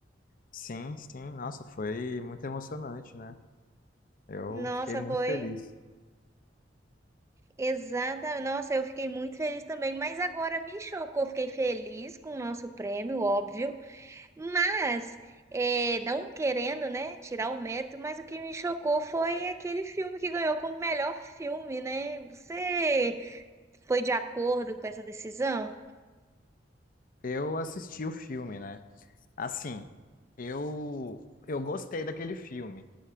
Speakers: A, on the left (about 45°); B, on the right (about 15°).
A: Sim, sim, nossa, foi muito emocionante, né? Eu
B: Nossa,
A: fiquei muito
B: foi
A: feliz.
B: exata. Nossa, eu fiquei muito feliz também, mas agora me chocou. Fiquei feliz com o nosso prêmio, óbvio, mas é, não querendo, né, tirar o mérito, mas o que me chocou foi aquele filme que ganhou como melhor filme, né? Você foi de acordo com essa decisão?
A: Eu assisti o filme, né? Assim, eu eu gostei daquele filme,